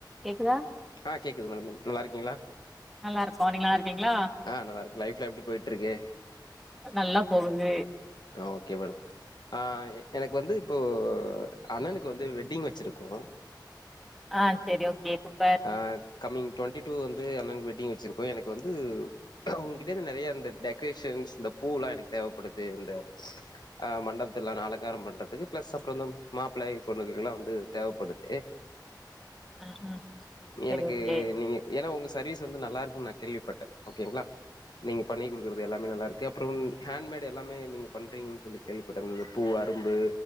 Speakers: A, in the centre; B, on the left.
A: கேக்குதா
B: ஆ கேக்குது மேடம் நல்லாருக்கீங்களா
A: நல்லாருக்கோ நீங்க நல்லாருக்கீங்களா
B: ஆ நல்லாருக்கே லைஃப்லா எப்டி போயிட்ருக்கு
A: நல்லா போகுது
B: ஆ ஓகே மேடம் ஆ எனக்கு வந்து இப்போ அண்ணனுக்கு வந்து வெட்டிங் வச்சிருக்கோ
A: ஆ சரி ஓகே சூப்பர்
B: ஆ கம்மிங் டு்வெண்ட்டி டூ வந்து அண்ணனுக்கு வெட்டிங் வச்சிருக்கோ எனக்கு வந்து அவங்ககிட்ட இருந்து நிறைய இந்த டெக்கரேஷன்ஸ் இந்த பூல்லா எனக்கு தேவைப்படுது இந்த
A: ஆ
B: அ மண்டபத்துல அலக்காரம் பண்றதுக்கு பிளஸ் அப்பறம் மாப்பிள்ளை பொண்ணுக்குல்லா வந்து தேவைப்படுதே
A: ம் ம் செரி
B: எனக்கு
A: ஓகே
B: நீங்க ஏன்னா ஒங்க சர்வீஸ் வந்து நல்லா இருக்குன்னு நா கேள்விப்பட்ட ஓகேங்களா நீங்க பண்ணி குடுக்குறது எல்லாமே நல்லாயிருக்கு அப்பறம் ஹேண்ட்மேட் எல்லாமே நீங்க பண்றீங்கன்னு சொல்லி கேள்விப்பட்ட இருந்த பூ அரும்பு